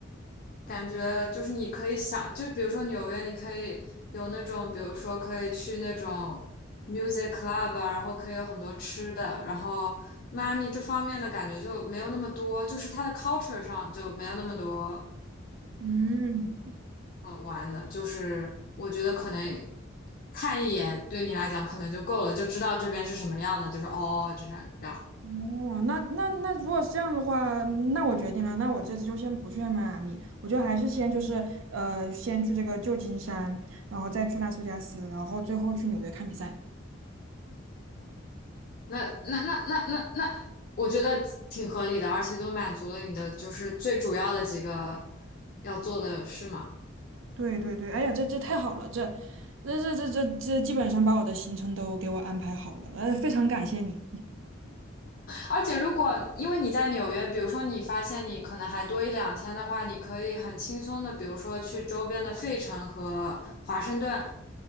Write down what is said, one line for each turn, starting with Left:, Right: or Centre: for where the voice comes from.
Left: 感觉就是你可以想，就比如说纽约，你可以有那种，比如说可以去那种 music club 啊然后可以有很多吃的，然后迈阿密这方面的感觉就没有那么多，就是它的 culture 上就没有那么多
Right: 嗯。
Left: 嗯玩的，就是我觉得可能也看一眼对你来讲可能就够了，就知道这边是什么样的，就是哦这样这样，
Right: 哦，那那那如果是这样的话，嗯那我决定了，那我这次就先不去迈阿密，我就还是先就是呃，先去这个旧金山，然后再去拉斯维加斯，然后最后去纽约看比赛。
Left: 那那那那那那，我觉得挺合理的，而且都满足了你的就是最主要的几个要做的事嘛。
Right: 对对对，哎呀，这这太好了，这这这这这这基本上把我的行程都给我安排好了，呃，非常感谢你。
Left: 而且如果因为你在纽约，比如说你发现你可能还多一两天的话，你可以很轻松的，比如说去周边的费城和华盛顿，